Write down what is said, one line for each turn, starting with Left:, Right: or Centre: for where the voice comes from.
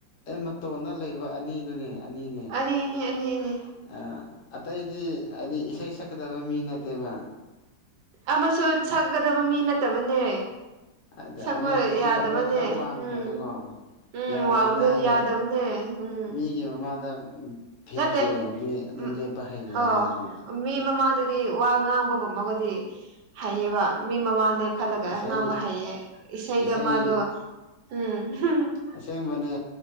Left: ꯑꯩ ꯃꯇꯣꯟꯗ ꯂꯩꯕ ꯑꯅꯤꯗꯨꯅꯦ꯫ ꯆꯅꯤꯅꯦ꯫
Right: ꯑꯅꯤꯅꯤ ꯑꯅꯤ ꯑꯅꯤ
Left: ꯑꯥ ꯑꯇꯩꯗꯤ ꯍꯥꯏꯗꯤ ꯏꯁꯩ ꯁꯛꯀꯗꯕ ꯃꯤ ꯅꯠꯇꯦꯗꯅ꯫
Right: ꯑꯃꯁꯨ ꯁꯛꯒꯗꯕ ꯃꯤ ꯅꯠꯇꯕꯅꯦ꯫
Left: ꯑꯗ
Right: ꯁꯛꯄ
Left: ꯑꯃꯗꯨꯁꯨ
Right: ꯌꯥꯗꯕꯅꯦ
Left: ꯍꯣꯏ ꯈꯔ ꯋꯥꯡꯕꯗꯨꯀꯣ꯫
Right: ꯎꯝ ꯎꯝ
Left: ꯌꯥꯗꯕꯅꯤ
Right: ꯋꯥꯡꯕꯗꯣ
Left: ꯍꯥꯏꯔꯁꯨ
Right: ꯌꯥꯗꯕꯅꯦ ꯎꯝ
Left: ꯃꯤꯒꯤ ꯃꯃꯥꯡꯗ ꯎꯝ꯫ ꯐꯤꯠꯀꯤ
Right: ꯅꯠꯇꯦ
Left: ꯑꯣꯏꯅꯗꯤ ꯑꯗꯨꯝ
Right: ꯎꯝ
Left: ꯂꯦꯞꯄ ꯍꯩꯌꯦꯕ
Right: ꯑꯣ
Left: ꯃꯥꯗꯤ꯫
Right: ꯃꯤ ꯃꯃꯥꯡꯗꯗꯤ ꯋꯥ ꯉꯥꯡꯕꯒꯨꯝꯕꯒꯗꯤ꯫ ꯍꯩꯌꯦꯕ ꯃꯤ ꯃꯃꯥ ꯂꯦꯞꯈꯠꯂꯒ
Left: ꯏꯁꯩ
Right: ꯑꯉꯥꯡꯕ ꯍꯩꯌꯦ ꯏꯁꯩꯗ
Left: ꯏꯁꯩ
Right: ꯃꯥꯗꯣ꯫ ꯎꯝ꯫
Left: ꯑꯁꯦꯡꯕꯅꯦ